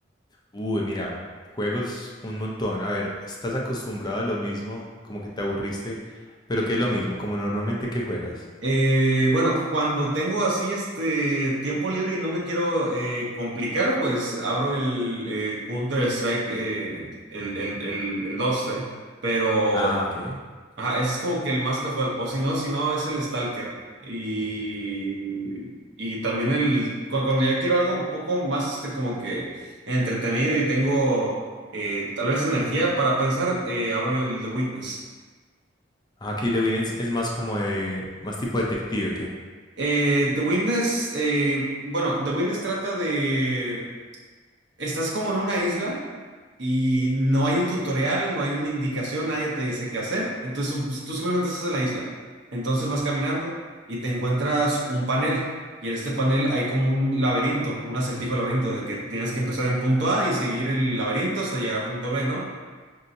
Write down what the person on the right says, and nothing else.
Eh, bueno, cuando tengo así este tiempo libre y no me quiero eh, complicar, pues abro el eh, Counter-Strike, eh, el, el, el, el 12, pero
ajá, ese es como que el más casual, o si no, si no es el Stalker. Y, y también el, cu- cuando ya quiero algo un poco más este, como que entretenido y tengo eh, tal vez energía para pensar, eh, abro el The Witness.
Eh, The Witness, eh, bueno, The Witness trata de, estás como en una isla y no hay un tutorial, no hay una indicación, nadie te dice qué hacer, entonces pues, tú simplemente estás en la isla. Entonces vas caminando y te encuentras un panel y en este panel hay como un laberinto, un acertijo laberinto de que tienes que empezar en punto A y seguir el laberinto hasta llegar a punto B, ¿no?